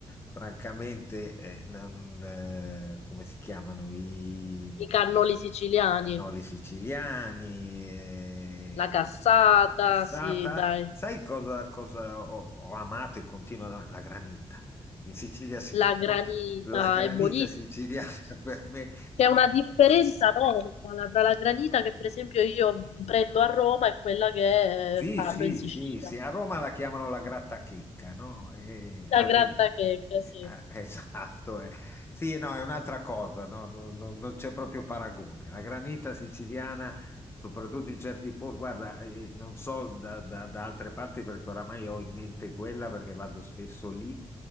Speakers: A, on the left (about 25°); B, on the left (about 90°).
A: francamente, eh, non, eh, come si chiamano i
B: i cannoli siciliani,
A: cannoli siciliani, eh,
B: la cassata,
A: la cassata.
B: sì, dai,
A: Sai cosa, cosa ho, ho amato e continuo ad amare? La granita. In Sicilia si
B: la
A: fa
B: granita,
A: <laughs> la granita
B: è buonissima.
A: siciliana <laughs> per me
B: C'è una differenza enorme tra la granita che per esempio io prendo a Roma e quella che
A: Sì,
B: eh, fanno
A: sì,
B: in Sicilia.
A: sì, sì, a Roma la chiamano la grattachecca, no? Eh, almeno.
B: La grattachecca,
A: Eh,
B: sì,
A: eh, <laughs> esatto. eh. Sì, no, è un'altra cosa, no? Non, non- non c'è proprio paragone. La granita siciliana, soprattutto in certi posti, guarda, eh, non so da, da- da altre parti perché oramai ho in mente quella perché vado spesso lì,